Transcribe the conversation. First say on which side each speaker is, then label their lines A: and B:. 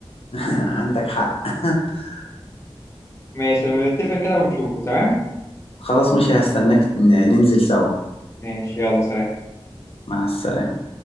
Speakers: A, on the left (about 70°); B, on the left (about 25°).
A: <laughs> عندك حق <laughs>
B: ماشي لما نتفق كده ونشوفه تمام؟
A: خلاص ماشي هستناك ن- ننزل سوا
B: ماشي يلا سلام
A: مع السلامة